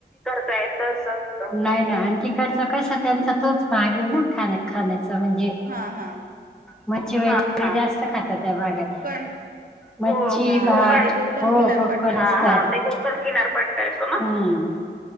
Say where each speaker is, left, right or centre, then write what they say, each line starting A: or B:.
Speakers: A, in the centre; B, on the right.
A: येत तसं. नाही ना आणि तिकडच कस त्यांचा तोच भाग आहे ना ख खाण्या चा म्हणजे
B: हा हा
A: मच्छी वगैरे जास्त खातात त्या भागात.
B: कोकण
A: मच्छी,
B: हा
A: भात
B: हा ते कोकण
A: हो
B: किनारपट्टा
A: कोकण
B: येतो
A: असतं.
B: ना
A: हा, हा असत कोकण किनारपट्टा येतो ना. हं.